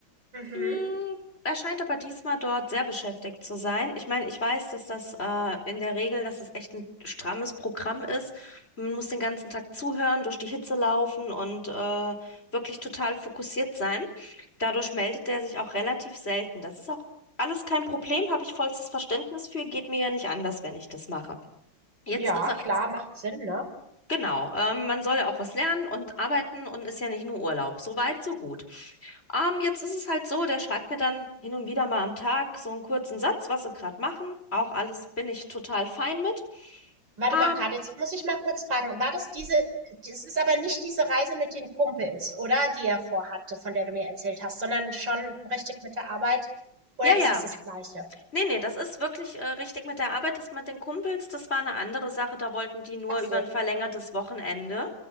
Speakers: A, on the right; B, on the left.
A: Mhm.
B: Mm, Er scheint aber diesmal dort sehr beschäftigt zu sein. Ich meine, ich weiß, dass das äh, in der Regel, dass es echt ein strammes Programm ist. Man muss den ganzen Tag zuhören, durch die Hitze laufen und äh, wirklich total fokussiert sein. Dadurch meldet er sich auch relativ selten. Das ist auch alles kein Problem, habe ich vollstes Verständnis für. Geht mir ja nicht anders, wenn ich das mache. Jetzt
A: Ja,
B: ist er
A: klar, macht Sinn, ne?
B: Genau, ähm, man soll ja auch was lernen und arbeiten und ist ja nicht nur Urlaub. So weit, so gut. Ähm, jetzt ist es halt so, der schreibt mir dann hin und wieder mal am Tag so einen kurzen Satz, was sie gerade machen. Auch alles bin ich total fein mit.
A: Warte
B: Ähm,
A: mal gerade jetzt muss ich mal kurz fragen, war das diese, das ist aber nicht diese Reise mit den Kumpels, oder? Die er vorhatte, von der du mir erzählt hast, sondern schon richtig mit der Arbeit? Oder
B: ja,
A: ist
B: ja.
A: das das Gleiche?
B: Nee, nee, das ist wirklich äh, richtig mit der Arbeit. Das mit den Kumpels, das war eine andere Sache. Da wollten die nur
A: Ach so.
B: über ein verlängertes Wochenende.